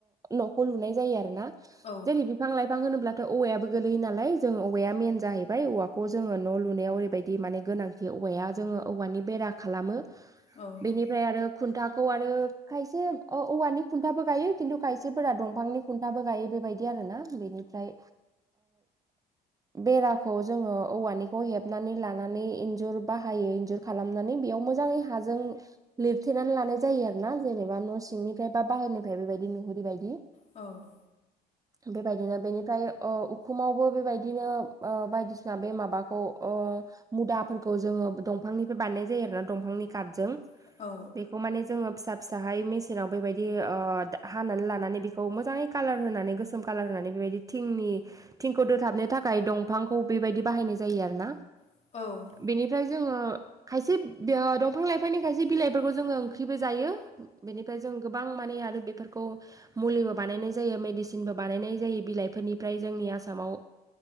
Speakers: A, on the right; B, on the left.
A: न'खौ लुनाय जायो आरोोना
B: औ
A: जेरै बिफां लाइफां होनोब्लाथ' औवायाबो गोलैयो नालाय जों औवाया मेन जाहैबाय औवाखौ जोङो न' लुनायाव ओरैबायदि माने गोनांथि औवाया जोङो औवानि बेरा खालामो
B: औ औ औ
A: बिनि ओमफ्राय आरो खुन्थाखौ आरो खायसे औवानि खुन्थाबो गायो खिन्थु खायसेफोरा दंफांनि खुन्थाबो गायो बेबायदि आर ना बेनिफ्राय बेराखौ जोङो औवानिखौ हेबनानै लानानै इन्जुर बाहायो इन्जुर खालामनानै बेयाव मोजाङै हाजों लिरथेनानै लानाय जायो आरो ना जेनेबा न' सिंनिफ्राय बा बाहेरनिफ्राय बेबायदि नुहुरै बदि
B: औ
A: बेबायदिनो बेनिफ्राय उखुमावबो बेबायदिनो बायदिसिना बे माबाखौ मुदाफोरखौ जोङो दंफांनिफ्राय बानायनाय जायो आरोना दंफांनि काटजों
B: औ औ
A: बेखौ माने जोङो फिसा फिसाहाय मेसिनाव बेबायदि हानानै लानानै बेखौ मोजाङै कालार होनानै गोसोम कालार होनानै बेबायदि थिंनि थिंखौ दोथाबनो थाखाय दं दफांखौ बेबायदि बाहायनाय जायो आरो ना
B: औ
A: बेनिफ्राय जोङो खायसे दंफां लाइफांनि खायसे बिलाइफोरखौ जोङो ओंख्रिबो जायो बेनिफ्राय जों गोबां माने आरो बेफोरखौ मुलिबो बानायनाय जायो मेडिसिनबो बानायनाय जायो बिलाइफोरनिफ्राय जोंनि आसामाव